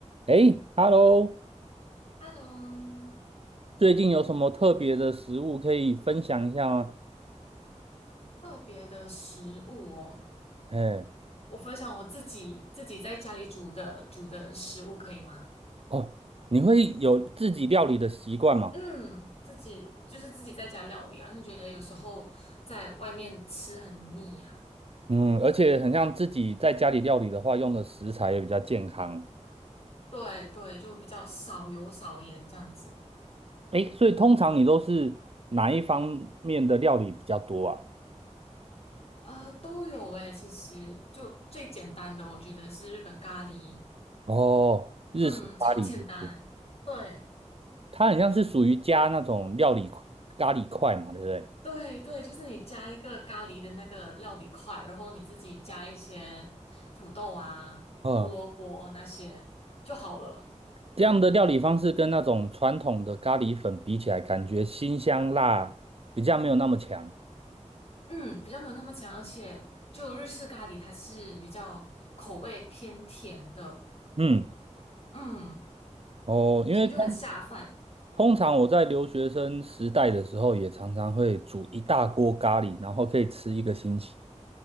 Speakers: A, on the right (about 50°); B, on the left (about 55°).
A: 诶 h e l l o
B: Hello，
A: 最近有什么特别的食物可以分享一下吗？
B: 特别的食物哦，
A: 哎，
B: 我分享我自己自己在家里煮的煮的食物可以吗？
A: 哦，你会有自己料理的习惯吗？
B: 嗯，自己就是自己在家料理啊，因为觉得有时候在外面吃很腻啊。
A: 嗯，而且很像自己在家里料理的话，用的食材也比较健康。
B: 对对，就比较少油少盐这样子。
A: 诶，所以通常你都是哪一方面的料理比较多啊？
B: 啊，都有诶，其实就最简单的，我觉得是日本咖喱，
A: 哦，日式咖喱就是，
B: 嗯，超简单。对。
A: 它很像是属于加那种料理咖喱块嘛，对不对？
B: 对对，就是你加一个咖喱的那个料理块，然后你自己加一些土豆啊、
A: 嗯。
B: 胡萝卜那些就好了。
A: 这样的料理方式跟那种传统的咖喱粉比起来，感觉辛香辣比较没有那么强。
B: 嗯，比较没有那么强，而且就日式咖喱它是比较口味偏甜的，
A: 嗯，
B: 嗯，
A: 哦，因为通
B: 所以就很下饭。
A: 通常我在留学生时代的时候，也常常会煮一大锅咖喱，然后可以吃一个星期。